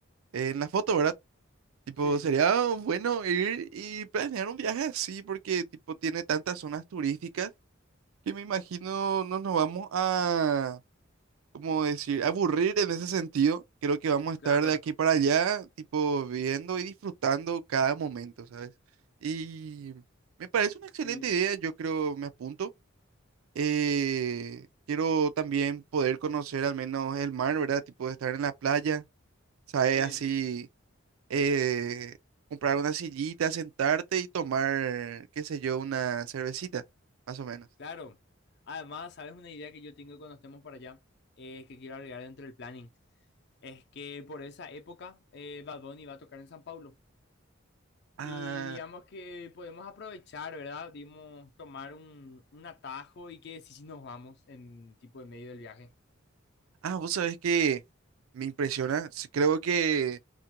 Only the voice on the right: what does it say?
en la foto, ¿verdad? Tipo,
sería bueno ir y planear un viaje así porque tipo tiene tantas zonas turísticas que me imagino no nos vamos a... como decir, aburrir en ese sentido. Creo que vamos a estar
de aquí para allá, tipo, viendo y disfrutando cada momento, ¿sabes? Y me parece una excelente
idea, yo creo, me apunto. Eh, quiero también poder conocer al menos el mar, ¿verdad? Tipo, de estar en la playa, ¿sabes?
Así, eh, comprar una sillita, sentarte y tomar, qué sé yo, una cervecita, más o menos.
Ah,
ah, vos sabés que me impresiona, s- creo que...